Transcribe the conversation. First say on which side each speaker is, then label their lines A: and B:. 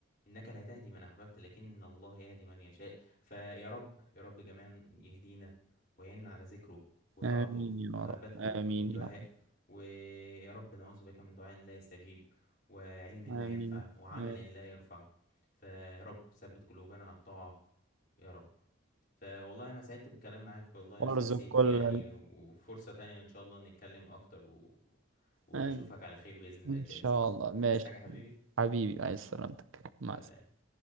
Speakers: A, on the left; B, on the right.
A: إنك لا تهدي من أحببت لكن الله يهدي من يشاء فيا رب يا رب جميعا يهدينا ويعيننا على ذكره وطاعته
B: آمين يا
A: وعبادته
B: رب آمين
A: والدعاء
B: يا رب
A: ويا رب نعوذ بك من دعاء لا يستجيب وعلم لا
B: آمين
A: ينفع وعمل
B: آمين
A: لا يرفع فيا رب ثبت قلوبنا على الطاعة يا رب فوالله أنا سعدت بالكلام معاك والله يا
B: وارزق
A: أستاذ سيف
B: كل
A: يعني وفرصة تانية إن شاء الله نتكلم أكتر و... وأشوفك
B: آمين
A: على خير بإذن الله
B: إن
A: كده
B: شاء
A: يا سيف
B: الله ماشي
A: عايز حاجة حبيبي؟
B: حبيبي عايز سلامتك مع السلامة
A: سلام